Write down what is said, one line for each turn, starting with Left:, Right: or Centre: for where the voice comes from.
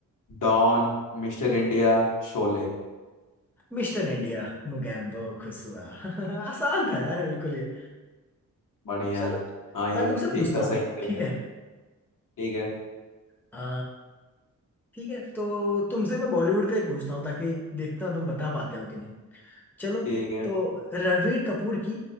Left: डॉन मिस्टर इंडिया शोले
Centre: मिस्टर इंडिया मुगैम्बो खुसुआ <laughs> आसान था यार बिल्कुल ये
Left: बढ़िया
Centre: चलो
Left: हाँ ये
Centre: मैं तुमसे
Left: तो ठीक
Centre: पूछता
Left: था
Centre: हूँ
Left: सही निकल
Centre: ठीक
Left: गया
Centre: है
Left: ठीक है
Centre: आ, ठीक है तो तुमसे मैं बॉलीवुड का ही पूछता हूँ ताकि देखता हूँ तुम बता पाते हो कि नहीं चलो
Left: ठीक है
Centre: तो रणबीर कपूर की